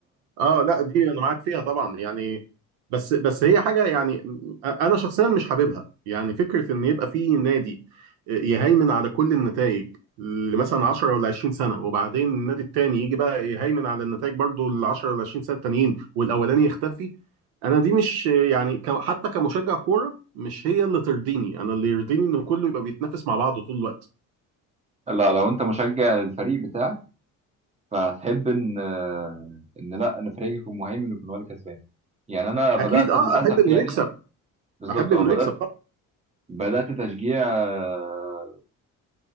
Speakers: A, on the right; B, on the right.
A: اه لا دي انا معاك فيها طبعا يعني بس بس هي حاجه يعني انا شخصيا مش حاببها يعني فكره ان يبقى في نادي يهيمن على كل النتائج لمثلا 10 ولا 20 سنه وبعدين النادي التاني يجي بقى يهيمن على النتائج برضو ال 10 ولا 20 سنه التانيين والاولاني يختفي انا دي مش يعني ك- حتى كمشجع كوره مش هي اللي ترضيني انا اللي يرضيني ان كله يبقى بيتنافس مع بعضه طول الوقت
B: لا لو انت مشجع للفريق بتاعك فهتحب ان آه، ان لا ان فريقك يكون مهيمن ويكون هو اللي كسبان يعني انا بدات
A: اكيد اه
B: للاسف
A: احب انه
B: يعني
A: يكسب
B: بالظبط
A: احب انه
B: اه بدات
A: يكسب طبعا
B: بدات تشجيع آه،